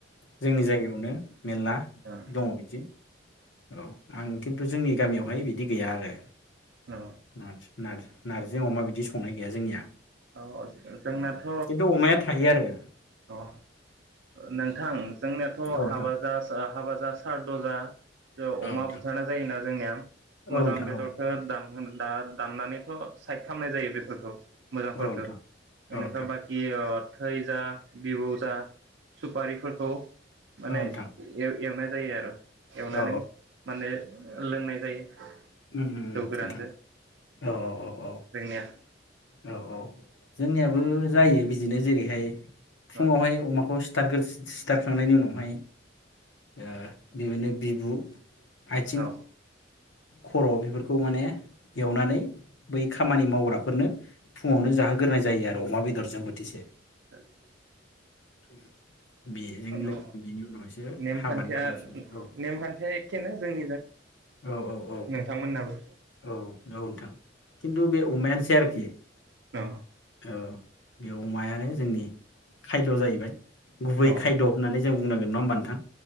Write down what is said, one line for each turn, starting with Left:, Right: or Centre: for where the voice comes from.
Left: जोंनि जायगायावनो मेरला
Right: अ
Left: दङ बिदि औ आं खिन्थु जोंनि गामियावहाय बिदि गैया आरो
Right: अ
Left: <unintelligible> नारजि अमा बि बिदि संनाय गैया जोंनिया
Right: औ जोंनाथ'
Left: उम खिन्थु अमाया थायो आरो उम
Right: अ नोंथां जोंनियाथ'
Left: औ नोंथां
Right: हाबा जा हाबा जा सारद' जा ज
Left: औ
Right: अमा
Left: नोंथां
Right: बुथारना जायोना जोंनिया
Left: औ
Right: मोजां
Left: नोंथां
Right: बेदरखौ दान दा दाननानैथ' साइड खालामामनाय जायो बेफोरखौ।
Left: औ
Right: मोजांफोरखौ
Left: औ नोंथां
Right: बेनिफ्राय
Left: औ नोंथां
Right: बाखि थै जा बिबौ जा सुपारिफोरखौ‌ माने
Left: औ नोंथां
Right: एर-एरनायजों जायो आरो एवनानै
Left: औ
Right: माने लोंनाय जायो।
Left: ओम ओम
Right: जौ गोरानजों
Left: ओम औ औ औ औ
Right: जोंनिया
Left: औ औ जोंनियाबो जायो बिदिनो जेरैहाय
Right: औ
Left: फुङावहाय अमाखौसि सिथारखांनायनि उनावहाय ओ बेबायनो बिबु आइथिं
Right: औ
Left: खर' बेफोरखौ माने एवनानै बै खामानि मावग्राफोरनो फुङावनो जाहोग्रोनाय जायो आरो अमा बेदरजों बोथिसे
Right: <unintelligible>
Left: <unintelligible>
Right: औ
Left: बेनि उनावसो
Right: नेमखान्थिया
Left: हाबानि थाखाय सं औ
Right: नेमखान्थिया एखेनो जोंनिजों
Left: औ औ औ
Right: नोंथां मोननाबो
Left: औ औ नोंथां खिन्थु बे अमायानोसै आरोखि
Right: औ
Left: औ बे अमायानो जोंनि खायद' जाहैबाय गुबै
Right: औ
Left: खायद' होननानै जों बुंनांगोन नङा होनोमबा नोंथां